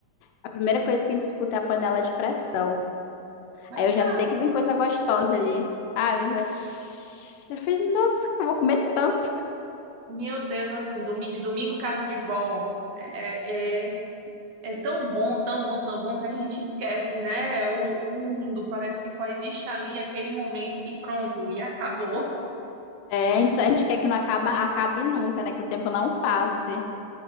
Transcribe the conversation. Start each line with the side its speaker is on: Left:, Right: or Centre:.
Left: a primeira coisa que a gente escuta é a panela de pressão.
Right: Verdade.
Left: Aí eu já sei que vem coisa gostosa ali. Ah, mas... mas- Eu falei, nossa, que eu vou comer tanto.
Right: Meu Deus, assim, domi- domingo casa de vó é, é, é tão bom, tão bom, tão bom que a gente esquece, né? O, o mundo parece que só existe ali aquele momento e pronto, e acabou.
Left: É, a gente, só- a gente quer que não acaba, acabe nunca, né? Que o tempo não passe.